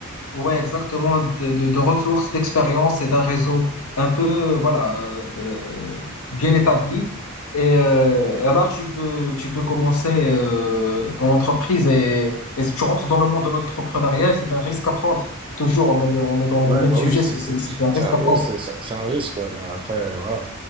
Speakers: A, on the left (about 75°); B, on the right (about 25°).
A: Ouais, exactement, de, de- de ressources, d'expériences et d'un réseau un peu, voilà, euh, bien établi. Et, euh, et là, tu peux, tu peux commencer euh, ton entreprise et, et si tu rentres dans le monde de l'entrepreneuriat, c'est un risque à prendre. Toujours, on, a des- on est dans le
B: Ouais,
A: même
B: bah
A: sujet,
B: oui, c'est
A: c'est
B: c'est
A: c'est- c'est un risque
B: ça,
A: à prendre.
B: ouais, c'est ça- c'est un risque, ouais, mais après, euh, voilà.